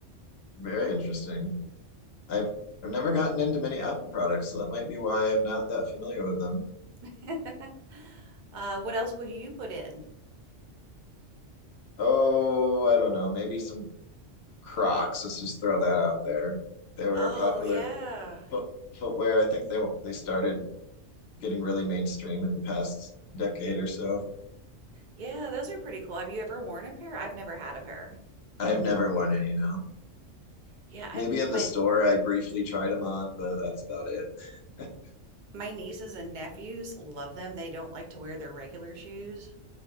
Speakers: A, on the left; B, on the right.
A: Very interesting. I've I've never gotten into many Apple products, so that might be why I'm not that familiar with them.
B: <laughs> Uh, what else would you put in?
A: Oh, I don't know. Maybe some Crocs. Let's just throw that out there. They were
B: Oh,
A: a popular
B: yeah.
A: foot, footwear. I think they they started getting really mainstream in the past decade or so.
B: Yeah, those are pretty cool. Have you ever worn a pair? I've never had a pair.
A: I've never worn any, no.
B: Yeah, I
A: Maybe in
B: my
A: the store I briefly tried them on, but that's about it. <laughs>
B: my nieces and nephews love them. They don't like to wear their regular shoes,